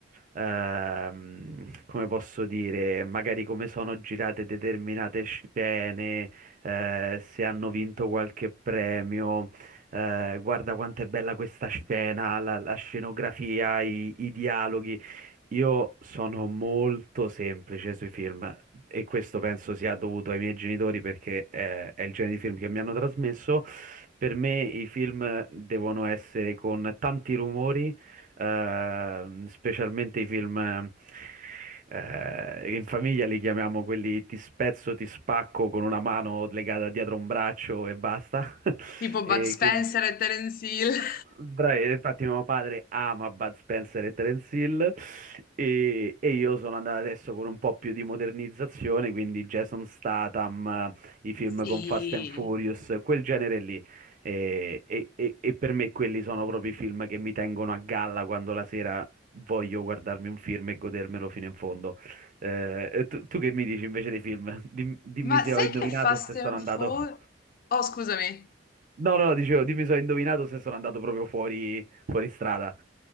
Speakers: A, on the right; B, on the left.
A: ehm, come posso dire, magari come sono girate determinate scene, eh, se hanno vinto qualche premio. eh, guarda quanto è bella questa scena, la, la scenografia, i i dialoghi. Io sono molto semplice sui film e questo penso sia dovuto ai miei genitori perché eh, è il genere di film che mi hanno trasmesso. Per me i film devono essere con tanti rumori, ehm, specialmente i film eh, in famiglia li chiamiamo quelli ti spezzo, ti spacco con una mano legata dietro un braccio e basta. <laughs>
B: tipo Bud
A: E
B: Spencer
A: quindi
B: e Terence Hill. <laughs>
A: Bravi, infatti mio padre ama Bud Spencer e Terence Hill e, e io sono andato adesso con un po' più di modernizzazione, quindi Jason Statham, eh, i film
B: Sì,
A: con Fast and Furious, quel genere lì. E, e- e- e per me quelli sono proprio i film che mi tengono a galla quando la sera voglio guardarmi un film e godermelo fino in fondo. Eh, tu, tu che mi dici invece dei film? Dim- dimmi
B: ma
A: se
B: sai
A: ho indovinato
B: che Fast
A: o se
B: and
A: sono andato.
B: Furious... Oh, scusami.
A: No, no, dicevo, dimmi se ho indovinato se sono andato proprio fuori, fuori strada.